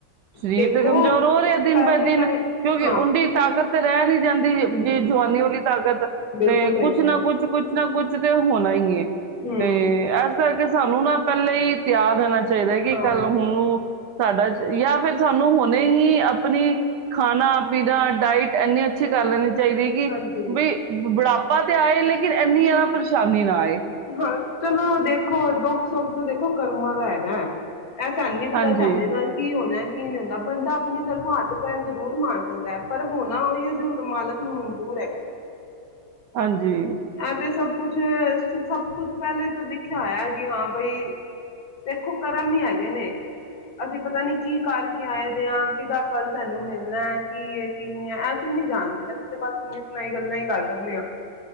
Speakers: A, on the right; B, on the left.
A: ਸਰੀਰ
B: ਦੇਖੋ
A: ਤੇ ਕਮਜ਼ੋਰ ਹੋ ਰਿਹਾ ਦਿਨ
B: ਪਹਿਲੇ
A: ਬਾਏ ਦਿਨ
B: ਤਾਂ
A: ਕਿਉਂਕਿ
B: ਹਾਂ
A: ਉਦੀ ਤਾਕਤ ਤੇ ਰਹਿਣ ਈ ਜਾਂਦੀ ਜੇ
B: ਹਮ
A: ਜਵਾਨੀ ਵਾਲੀ ਤਾਕਤ
B: ਬਿਲਕੁਲ
A: ਤੇ
B: ਸਹੀ
A: ਕੁਛ
B: ਕਹਿ
A: ਨਾ
B: ਰਹੇ ਹੋ
A: ਕੁਛ ਕੁਛ ਨਾ ਕੁਛ ਐ ਤੇ ਹੋਣਾ ਈ ਐ। ਤੇ
B: ਹਮ
A: ਏਸ ਕਰਕੇ ਸਾਨੂੰ ਨਾ ਤੇ ਈ ਤਿਆਰ ਰਹਿਣਾ ਚਾਹੀਦਾ ਕਿ
B: ਹਾਂ
A: ਕੱਲ ਉਹਨੂੰ ਸਾਡਾ ਜਾਂ ਫਿਰ ਸਾਨੂੰ ਹੁਣੇ ਹੀ ਆਪਣੀ ਖਾਣਾ-ਪੀਣਾ, ਡਾਇਟ ਇੰਨੀ ਅੱਛੀ ਕਰ ਲੈਣੀ ਚਾਹੀਦੀ ਹੈ, ਕਿ
B: ਹਾਂਜੀ
A: ਵੀ ਬੁਢਾਪਾ ਤੇ ਆਏ ਲੇਕਿਨ ਇੰਨੀ ਜ਼ਿਆਦਾ ਪਰੇਸ਼ਾਨੀ ਨਾ ਆਏ।
B: ਹਾਂ, ਚਲੋ ਦੇਖੋ ਦੁੱਖ-ਸੁੱਖ ਇਹ ਤਾਂ ਦੇਖੋ ਕਰਮਾਂ ਦਾ ਹੈਗਾ। ਐ ਸਾਨੂੰ ਨੀ ਪਤਾ
A: ਹਾਂਜੀ
B: ਸਾਡੇ ਨਾਲ ਕੀ ਹੋਣਾ। ਕੀ ਨਹੀਂ ਹੁੰਦਾ ਬੰਦਾ ਆਪਣੀ ਤਰਫ਼ੋਂ ਹੱਥ ਪੈਰ ਜ਼ਰੂਰ ਮਾਰ ਦਿੰਦਾ ਐ ਪਰ ਹੋਣਾ ਉਹੀ ਐ ਜੋ ਮਾਲਕ ਨੂੰ ਮਨਜੂਰ ਹੈਗਾ।
A: ਹਾਂਜੀ,
B: ਇਹ ਸਭ ਕੁਛ ਸਭ ਕੁਛ ਪਹਿਲੇ ਤੋਂ ਲਿਖਿਆ ਹੋਇਆ ਹੈ ਕਿ ਹਾਂ ਬਈ ਦੇਖੋ ਕਰਮ ਹੀ ਹੈਗੇ ਨੇ ਅਸੀਂ ਪਤਾ ਨੀ ਕੀ ਕਰਕੇ ਆਏ ਦੇ ਹਾਂ, ਕਿਹਦਾ ਫਲ ਸਾਨੂੰ ਮਿਲਣਾ ਹੈ ਕੀ ਹੈ ਕੀ ਨਹੀਂ ਹੈ, ਅਸੀਂ ਨੀ ਜਾਣਦੇ ਅਸੀਂ ਤਾਂ ਬਸ ਸੁਣੀ ਸੁਣਾਈ ਗੱਲਾਂ ਹੀ ਕਰ ਸਕਦੇ ਹਾਂ।